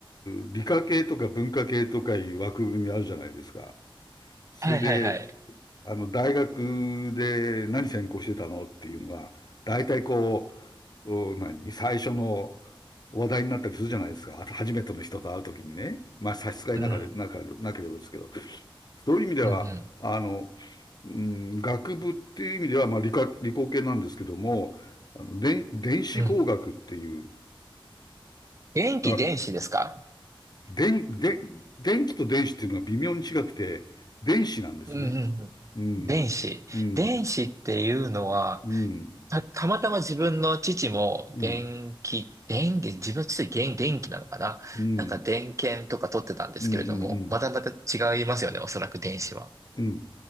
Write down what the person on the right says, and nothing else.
はいはいはい。
うん、
うん、うん、うん。
うん電気、
電子ですか
うん、うん、うん。
電子。
電子っていうのは、
た、たまたま自分の父も電気、
電気、自分の父は電電気なのかななんか電源とか取ってたんですけれども、
またまた違いますよね、おそらく電子は。